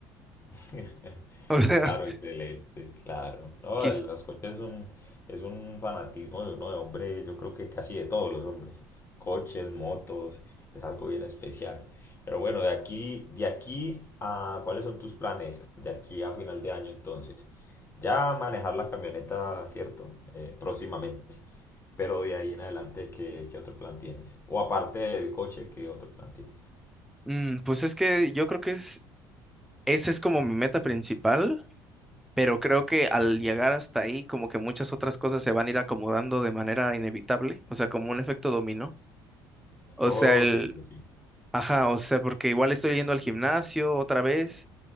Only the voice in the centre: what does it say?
<laughs> o sea,
quis-
mm, pues es que yo creo que es, esa es como mi meta principal. Pero creo que al llegar hasta ahí, como que muchas otras cosas se van a ir acomodando de manera inevitable. O sea, como un efecto dominó. O
sea, el,
Ajá,
o
sea, porque igual estoy yendo al gimnasio otra vez